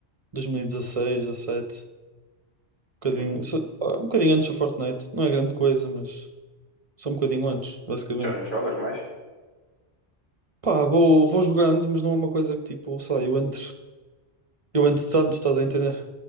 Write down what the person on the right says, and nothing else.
2016, 17. bocadinho,
só- pá, um bocadinho antes do Fortnite. Não é grande coisa, mas só um bocadinho antes, basicamente.
Pá, vou, vou jogando, mas não é uma coisa que tipo, sei lá, eu entre, eu entre tanto, estás a entender?